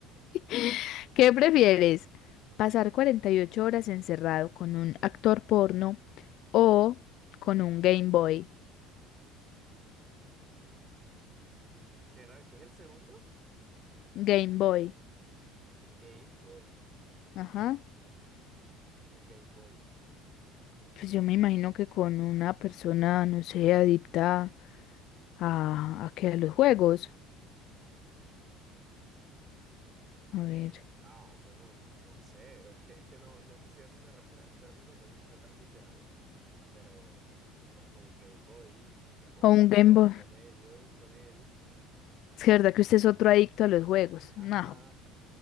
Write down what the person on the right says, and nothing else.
¿Qué qué era? ¿Qué es el segundo?
Game Boy.
¿Qué es un Game Boy?
Eh,
ah, bueno, no sé. Es que, es que no, no sé si a eso se refiere al término, no sé si sea tan literal, pero, pero pues con un Game Boy me puedo
poner
a jugar
con ellos, con él.
Ajá.